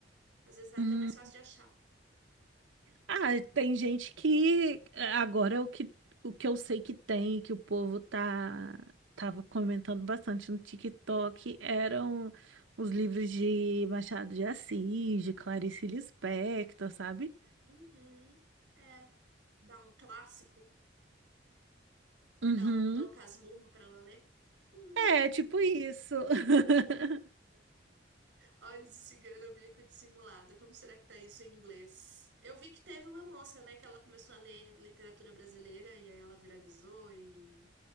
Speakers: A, on the right; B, on the right.
A: Às vezes é
B: Hum.
A: até mais fácil de achar.
B: Ah, tem gente que eh, agora é o que o que eu sei que tem, que o povo tá tava comentando bastante no TikTok, eram os livros de Machado de Assis, de Clarice Lispector, sabe?
A: Uhum. É, dá um clássico.
B: Uhum.
A: Dá um Dom Casmurro pra ela né <laughs>
B: É, tipo isso. <laughs>
A: Olhos de cigano, oblíqua dissimulada. Como será que tá isso em inglês? Eu vi que teve uma moça, né, que ela começou a ler literatura brasileira e aí ela viralizou e